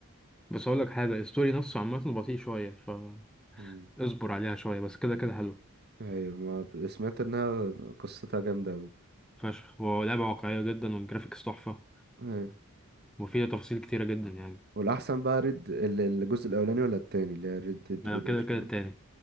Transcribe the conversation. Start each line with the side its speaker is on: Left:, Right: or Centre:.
Centre: بس اقول لك حاجه الستوري نفسه عامه بطيء شويه فاصبر
Right: مم.
Centre: عليها شويه بس كده كده حلو
Right: ايوه ما ب- سمعت انها قصتها جامده اوي
Centre: فشخ هو لعبه واقعيه جدا والجرافيكس تحفه
Right: ايوه
Centre: وفيها تفاصيل كتيره جدا يعني
Right: والاحسن بقى ريد ال- الجزء الاولاني ولا التاني اللي هي ريد ديد
Centre: أنا
Right: ريديمشن
Centre: كده كده التاني